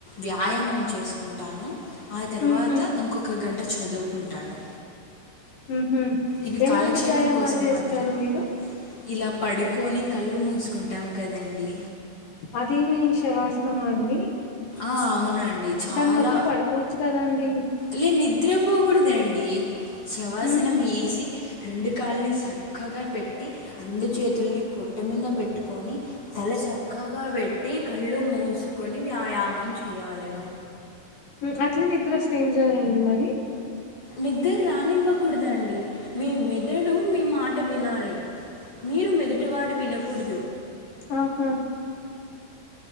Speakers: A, on the left; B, on the left.
A: వ్యాయామం చేసుకుంటాను ఆ తర్వాత
B: హుహు.
A: ఉంకొక గంట చదువుకుంటాను
B: ఉహుం
A: ఇవి
B: ఎలాంటి
A: కాలక్షేపం
B: వ్యాయామాలు
A: కోసం
B: చేస్తారు
A: మాత్రమే
B: మీరు
A: ఇలా పడుకొని కళ్ళు మూసుకుంటాము కదండి
B: అదేమి శవాసనమా అండి
A: ఆ అవునండి చాలా
B: దాని బదులు పడుకోవచ్చు కదండి
A: లే నిద్రపోకూడదండి శవాసనం
B: హ్మ్.
A: వేసి రెండు కాళ్ళు చక్కగా పెట్టి రెండు చేతుల్ని పొట్ట మీద పెట్టుకొని తల చక్కగా పెట్టి కళ్ళు మూసుకొని వ్యాయామం చేయవలేను
B: ఉమ్ అట్ల నిద్ర వస్తే ఏం చేయాలండి మరి
A: నిద్దర రానివ్వకూడదండి మీ మెదడు మీ మాట వినాలి మీరు మెదటి వాటు వినకూడదు
B: ఆహా